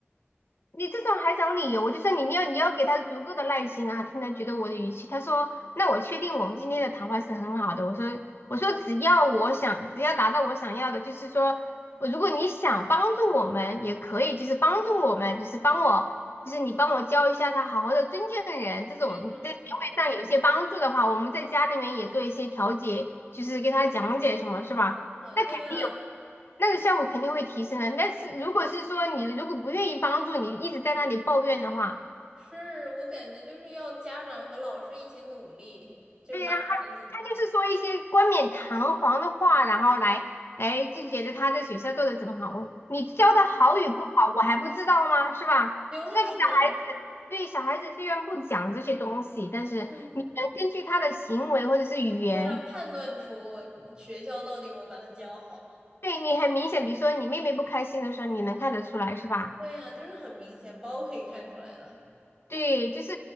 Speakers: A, on the left (about 65°); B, on the right (about 20°).
A: 你这种还找理由，我就说你你要你要给他足够的耐心啊，听他觉得我的语气。他说，那我确定我们今天的谈话是很好的。我说我说只要我想，只要达到我想要的，就是说我如果你想帮助我们也可以，就是帮助我们，就是帮我，就是你帮我教一下他，好好的尊敬人这种，
B: 没错，没错，
A: 在行为上有一些帮助的话，我们在家里面也做一些调解，就是给他讲解什么，是吧？
B: 对啊，
A: 那肯定有。
B: 对啊，
A: 那个效果肯定会提升的。但是如果是说你如果不愿意帮助，你一直在那里抱怨的话，
B: 是我感觉就是要家长和老师一起努力，就是把孩子，
A: 对，让他他就是说一些冠冕堂皇的话，然后来来就觉得他在学校做的怎么好，我你教的好与不好，
B: 嗯
A: 我还不知道吗？是吧？
B: 就是啊。
A: 虽然小孩子对小孩子虽然不讲这些东西，但是你能根据他的行为或者是语言，
B: 嗯，对呀，判断出你学校到底有没有把他教好。
A: 对你很明显，比如说你妹妹不开心的时候，你能看得出来，是吧？
B: 对呀，就是很明显，包可以看出来的。
A: 对，就是